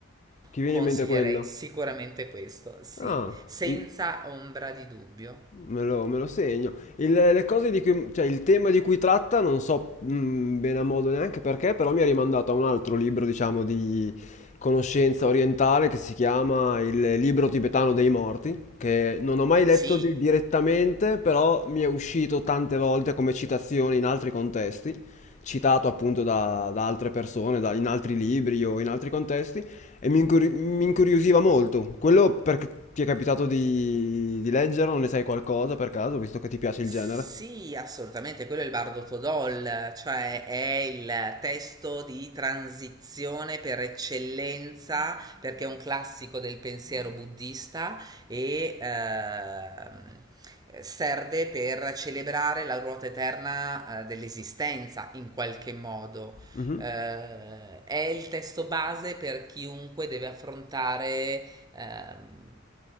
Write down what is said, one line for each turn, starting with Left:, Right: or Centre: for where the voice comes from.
Left: Ti viene
Right: consiglierei
Left: in mente quello?
Right: sicuramente questo, sì,
Left: Ah,
Right: senza
Left: i-
Right: ombra di dubbio.
Left: Me lo, me lo segno. Il, le cose di cui, cioè il tema di cui tratta non so mm, bene a modo neanche perché, però mi ha rimandato a un altro libro, diciamo, di conoscenza orientale che si chiama Il libro tibetano dei morti, che non ho mai letto
Right: Sì,
Left: di- direttamente, però mi è uscito tante volte come citazione in altri contesti, citato appunto da, da altre persone, da- in altri libri o in altri contesti. E mi, incuri- mi incuriosiva molto. Quello perché ti è capitato di, di leggerlo? Ne sai qualcosa per caso, visto che ti piace
Right: Sì,
Left: il genere?
Right: assolutamente, quello è il Bardo Todol, cioè è il testo di transizione per eccellenza, perché è un classico del pensiero buddista e ehm, serve per celebrare la ruota eterna eh, dell'esistenza in qualche modo.
Left: Mhm.
Right: Eh, è il testo base per chiunque deve affrontare ehm,